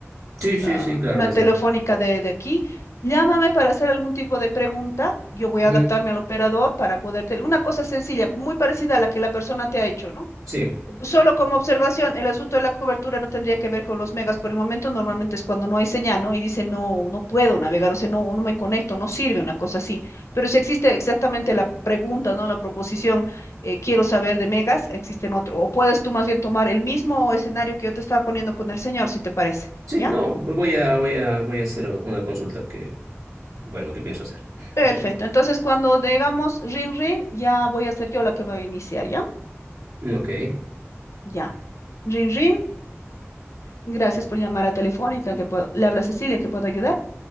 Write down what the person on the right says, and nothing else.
Sí, sí,
sí, claro
que
sí.
Ujú,
Sí,
sí,
no, voy a, voy a, voy a hacer una consulta que, bueno, que pienso hacer.
Bueno,
Ok,